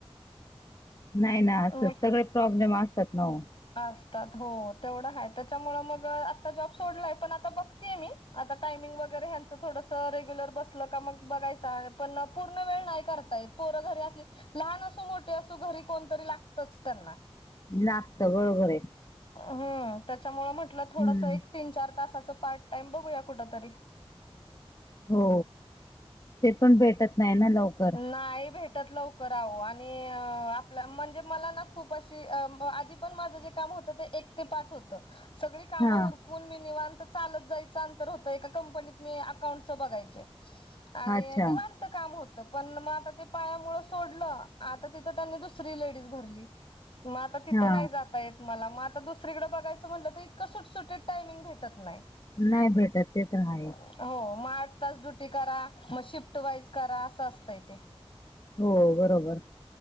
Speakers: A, on the left; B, on the left.
A: नाही ना असं,
B: मग
A: सगळे प्रॉब्लेम असतात ना ओ.
B: असतात. हो तेवढं आहे त्याच्यामुळ मग आता जॉब सोडलाय, पण आता बघतीय मी. आता टायमिंग वगैरे ह्यांचं थोडंसं, रेग्युलर बसलं का मग बघायचं. पण पूर्ण वेळ नाही करता येत. पोरं घरी असली, लहान असू, मोठे असू, घरी कोणतरी लागतच त्यांना.
A: लागतं बरोबर आहे.
B: हम्म. त्याच्यामुळं म्हटलं थोडसं
A: हम्म.
B: एक तीन चार तासाचं पार्ट टाइम बघूया कुठ तरी.
A: हो. ते पण भेटत नाही ना लवकर.
B: नाही भेटत लवकर आहो. आणि आपल्या म्हणजे मला ना खूप अशी. आधी पण माझं जे काम होत, ते एक ते पाच होत. सगळी काम
A: हा
B: उर कुण मि निवांत चालत जायचं अंतर होतं. एका कंपनीत मी अकाउंटच बघायचे. आणि
A: अच्छा
B: निवांत काम होत त. पण मग आता ते पायामुळं सोडलं आता तिथं त्यांनी दुसरी लेडीज भरली. मग आता तिथं
A: हा
B: नाही जाता येत मला. मग आता दुसरीकडे बघायचं म्हटलं, तर इतकं सुटसुटीत टाइमिंग भेटत नाही. <inaudible>
A: नाही भेटत ते तर आहेच
B: हो. मग आठ तास ड्युटी करा. मग शिफ्ट वाईज करा असं असतंय ते
A: हो बरोबर